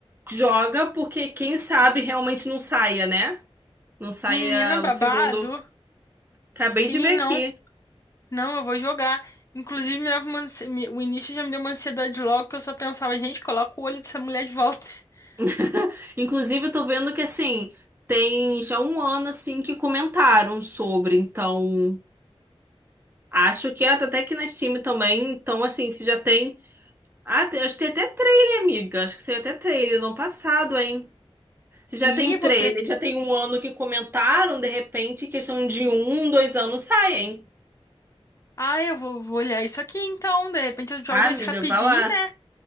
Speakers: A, on the right; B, on the left.
A: joga porque quem sabe realmente não saia, né? Não saia
B: Menina babado?
A: o segundo. Acabei
B: Sim,
A: de ver
B: não.
A: aqui.
B: Não, eu vou jogar. Inclusive, me dava uma ansi- me- o início já me deu uma ansiedade logo que eu só pensava, gente, coloca o olho dessa mulher de volta. <laughs>
A: <laughs> Inclusive, eu tô vendo que, assim, tem já um ano, assim, que comentaram sobre, então, acho que é, tá até aqui na Steam também, então, assim, se já tem Ah, tem- acho que tem até trailer, amiga. Acho que saiu até trailer no ano passado, hein? Se já
B: E
A: tem trailer,
B: vou. pe-
A: já tem um ano que comentaram, de repente, questão de um, dois anos sai, hein?
B: Ah, eu vou, vou olhar isso aqui então. De repente eu jogo
A: Ah, amiga,
B: esse rapidinho,
A: vá lá.
B: né?